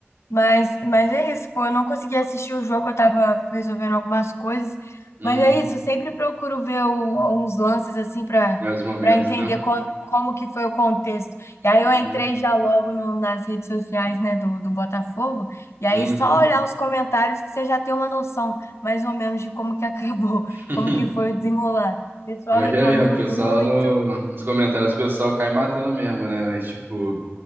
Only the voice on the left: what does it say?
Mas, mas é isso, pô. Eu não consegui assistir o jogo, eu tava resolvendo algumas coisas.
Mas é isso, eu sempre procuro ver o- uns lances assim pra
para entender
co- como que foi o contexto. E aí
eu entrei já logo no- nas redes sociais, né, do, do Botafogo. E aí
só olhar os comentários que você já tem uma noção, mais ou menos, de como que acabou, <laughs>
como que foi o desenrolar. Pessoal
reclamando
muito.